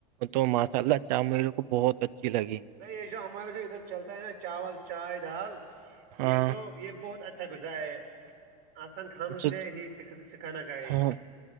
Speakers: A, on the right; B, on the right.
A: تو ماشاء اللہ چا ملے کو بہت اچھی لگی
B: نہیں یہ جو ہمارا جو ادھر چلتا ہے نا چاول چائے دال
A: ہاں
B: یہ تو یہ بہت اچ اچھا گزار آسان کھانوں
A: اچھا
B: سے ہی سکھانا چاہیے
A: ہاں